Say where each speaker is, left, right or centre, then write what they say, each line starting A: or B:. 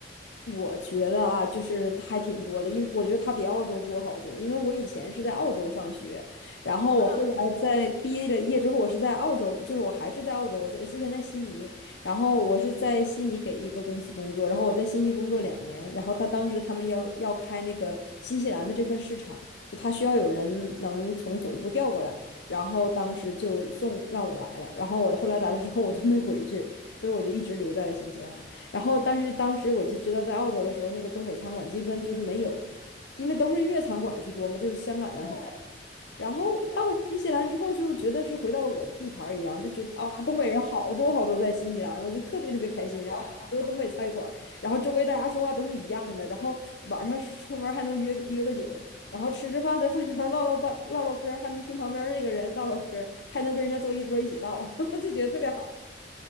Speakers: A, on the left (about 85°); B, on the left (about 50°).
A: 我觉得啊，就是还挺多的，因为我觉得它比澳洲多好多。因为我以前是在澳洲上学，然后我后来在毕业了业之后，
B: <laughs> 啊，
A: 我是在澳洲，就是我还是在澳洲，我在之前在悉尼，然后我是在悉尼给一个公司工作，然后我在悉尼工作两年，然后他当时他们要要开那个新西兰的这块市场，就他需要有人能从总部调过来，然后当时就送让我来了，然后我后来来了之后我就没回去，
B: 嗯，
A: 所以我就一直留在了新西兰。然后，但是当时我就知道，在澳洲的时候，那个东北餐馆基本就是没有，因为都是粤餐馆居多嘛，就是香港人很。
B: 对
A: 然后到了新西兰之后，
B: 对，
A: 就觉得是回到了我的地盘儿一样，就觉得啊，东北人好多好多在新西兰，我就特别特别开心。
B: 真的。
A: 然后很多东北菜馆儿然后周围大家说话都是一样的，然后晚上出门儿还能约约个酒，然后吃吃饭，在饭桌上唠唠半唠唠嗑儿还能听旁边儿那个人唠唠嗑儿还能跟人家坐一桌儿一起唠，<laughs> 就觉得特别好。